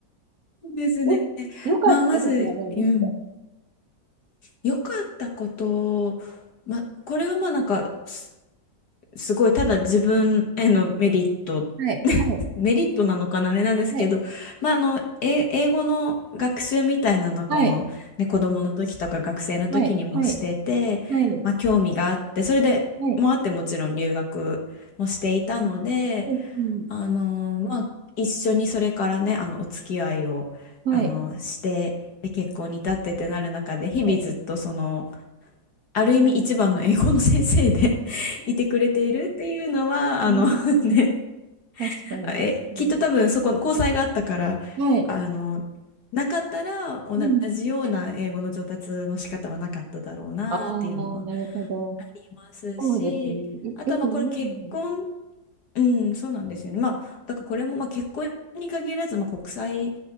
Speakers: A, on the left; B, on the right.
A: ですね。
B: よ、良かったことは何ですか
A: まあ、まず、うん、良かったこと、まあ、これはまあなんかすすごいただ自分へのメリット
B: はい。はい
A: メリットなのかなあれなんですけど、
B: はい、
A: まあ、あの、え英語の学習みたいなのはこの、
B: はい、
A: ね、子供の時とか学生の時にもしてて、
B: はい、はい、はい、
A: まあ、興味があってそれでもあってもちろん留学もしていたので、
B: はい、うん、うん
A: あのまあ、一緒にそれからねあのお付き合いをあのしてで結婚に至ってってなる中で日々ずっとその
B: はい、はい、
A: ある意味一番の英語の先生で <laughs> いてくれているっていうのはあの
B: うん、
A: <laughs> ね
B: 確かに、
A: あえ、
B: 確かに。
A: きっと多分そこの交際があったから、
B: はい、
A: あの、なかったら同じような英語の上達の仕方はなかっただろうなっていうのは
B: うん。ああ、なるほど。
A: ありますし、
B: そうですね。いよく言いますね。
A: あとはまあこれ結婚うん、そうなんですよね。まあ、だからこれもまあ結婚に限らず、まあ、国際、